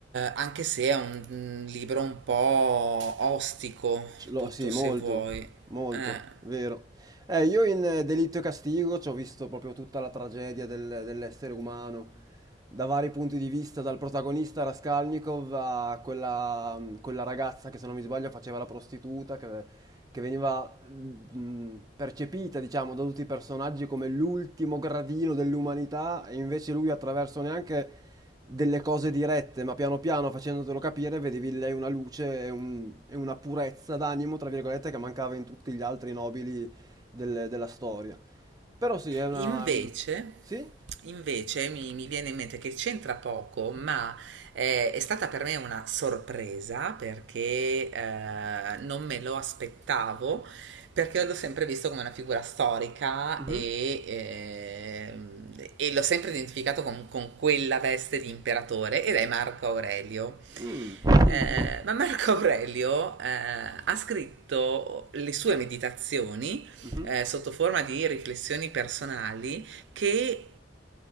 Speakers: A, on the right; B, on the right.
A: anche se è un, un libro un po' ostico,
B: Ce l'ho-
A: tutto
B: sì, molto,
A: se vuoi.
B: molto,
A: Eh.
B: vero. Eh, io in eh, Delitto e Castigo ci ho visto proprio tutta la tragedia del- dell'essere umano, da vari punti di vista, dal protagonista Raskolnikov a quella, mm, quella ragazza che se non mi sbaglio faceva la prostituta, che che veniva mh, percepita, diciamo, da tutti i personaggi come l'ultimo gradino dell'umanità, e invece lui attraverso neanche delle cose dirette, ma piano piano facendotelo capire, vedevi in lei una luce e, un- e una purezza d'animo, tra virgolette, che mancava in tutti gli altri nobili del- della storia. Però sì, è una...
A: Invece,
B: mh, Sì?
A: invece mi, mi viene in mente che c'entra poco, ma eh, è stata per me una sorpresa perché eh, non me lo aspettavo, perché l'ho sempre visto come una figura storica
B: Mhm.
A: e, ehm, e l'ho sempre identificato con, con quella veste di imperatore ed è Marco Aurelio.
B: Mm. <laughs>
A: Eh, ma Marco Aurelio eh, ha scritto le sue meditazioni
B: Mhm.
A: eh, sotto forma di riflessioni personali che